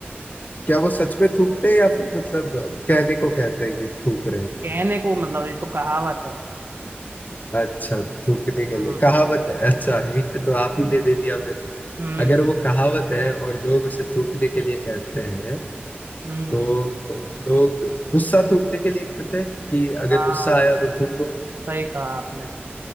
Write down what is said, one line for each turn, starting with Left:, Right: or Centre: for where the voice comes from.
Left: क्या वो सच में थूकते हैं या फिर मतलब कहने को कहते हैं कि थूक रहे हैं
Right: कहने को मतलब ये तो कहावत है
Left: अच्छा थूकने के
Right: हम्म
Left: लिए कहावत है अच्छा हिंट तो आप ही ने दे दिया फिर
Right: हम्म
Left: अगर वो कहावत है और लोग उसे थूकने के लिए कहते हैं
Right: हम्म
Left: तो लोग गुस्सा थूकने के लिए कहते हैं कि अगर
Right: हाँ
Left: गुस्सा आया तो थूक दो
Right: सही कहा आपने